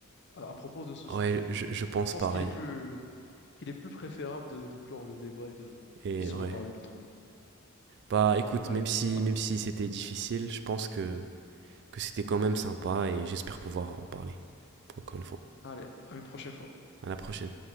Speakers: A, on the left (about 55°); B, on the right (about 50°).
A: à, à propos de ce
B: Ouais,
A: sujet, du
B: je,
A: coup.
B: je pense
A: Je pense
B: pareil.
A: qu'il est plus, qu'il est plus préférable de, de clore le débat et de,
B: Et
A: de se
B: ouais.
A: reparler une autre fois.
B: Bah, écoute,
A: Allez,
B: même si
A: hop,
B: même si c'était difficile, je pense que que c'était quand même sympa et j'espère pouvoir en parler. Encore une fois.
A: allez, à une prochaine fois.
B: À la prochaine.